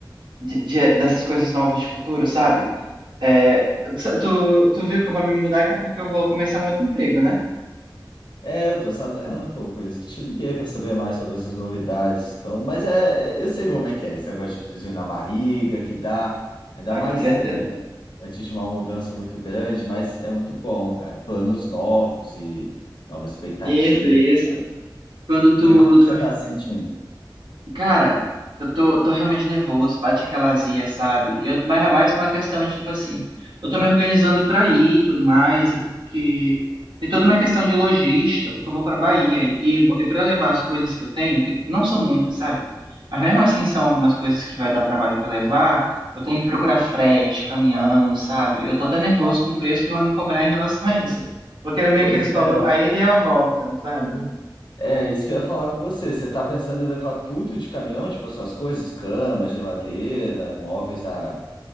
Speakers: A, on the right; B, on the left.
A: de- de- dessas coisas novas de futuro, sabe? É, tu, tu viu que eu vou me mudar que é porque eu vou começar um outro emprego, né?
B: É, eu tô sabendo, pô, por isso que te liguei pra saber mais sobre essas novidades. Então, mas é, é, eu sei como é que é, esse negócio de friozinho na barriga que dá, ainda
A: Ah,
B: mais
A: com certeza.
B: é, antes de uma mudança muito grande, mas é muito bom, cara. Planos novos e novas expectativas,
A: Isso, isso.
B: sabe?
A: Quando tu,
B: E como
A: tu
B: você tá se sentindo?
A: Cara, eu tô, tô realmente nervoso, bate aquela azia, sabe? Eu, mas é mais uma questão, tipo assim, eu tô me organizando pra ir e tudo mais, é porque tem toda uma questão de logística, porque eu vou pra Bahia e, e, e para levar as coisas que eu tenho, que não são muitas, sabe? Mas mesmo assim são algumas coisas que vai dar trabalho pra levar, eu tenho que procurar frete, caminhão, sabe? Eu tô até nervoso com o preço que vão me cobrar em relação a isso. Porque é meio
B: Pois
A: que eles cobram
B: é,
A: a ida e a volta, sabe?
B: é isso que eu ia falar com você. Você tá pensando em levar tudo de caminhão, tipo as suas coisas, cama, geladeira, móveis da